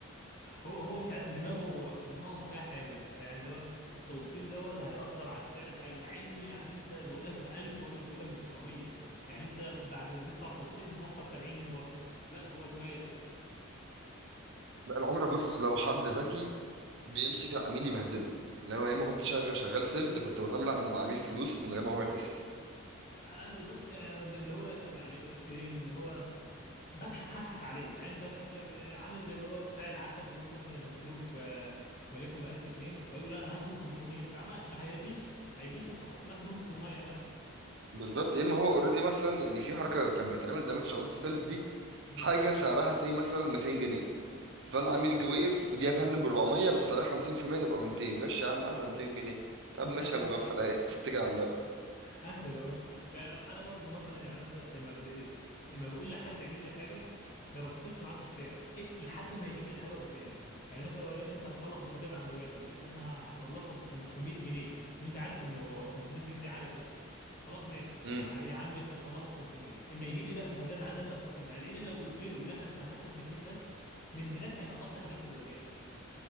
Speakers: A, on the left (about 40°); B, on the right (about 55°).
A: هو هو مش عارف دماغه دماغهم فيها حاجه يعني اللي هو التوصيل ده هو اللي هيأثر على سعر الحاجه مع ان يعني انت بقول لك ب 1000 وانا بدي لك ب 900 يعني انت بعد ما تدفع توصيل هتوفر 70 جنيه برضه لا هو دماغي
B: لا العمله بص لو حد ذكي بيمسك العميل يبهدله لو يا اما كنت شغال شغال سيلز كنت بطلع من العميل فلوس من غير ما هو يحس
A: انا بالظبط ك- أنا ب- اللي هو يعني إيه إيه، اللي هو بضحك هضحك عليك يعني انت فاكر عامل زي اللي هو بتاع العسل يقول له مثلا الكيلو ب وليكن ب 1000 جنيه فيقول له لا انا هاخده ب 500 طب ما ما هيغشك هيغشك ويحط لك نص ميه مثلا
B: بالظبط يا اما هو اوريدي مثلا يعني في حركه كانت بتتعمل زمان في شغلات السيلز دي
A: امم
B: حاجه سعرها سي مثلا 200 جنيه فالعميل
A: بالظبط
B: جه وقف دي يا فندم ب 400 بس عليها 50% تبقى ب 200 ماشي يا عم احلى 200 جنيه طب
A: <laughs>
B: ماشي يا مغفل تتكل <laughs> على الله
A: اهبل والله يعني انا برضه مثلا يعني مثلا لما ب... لما بقول لحد يعمل لي حاجه ما بفاصلش معاه في السعر إيه لحد ما يجيب لي الحاجه قدامي يعني مثلا لو وليكن انت هتصلح بوتاجاز عند واحد يقول لك انا هصلحه ب 500 جنيه وانت عارف انه 500 جنيه دي عالي قوي خلاص ماشي
B: امم
A: يا عمي خلاص صلحه ب 500 اما يجيب لي بقى البوتاجاز عندي ابدا افاصل معاه لان لو قلت له لا انت هتاخد 200 بس من هناك هينقص لي حاجات في البوتاجاز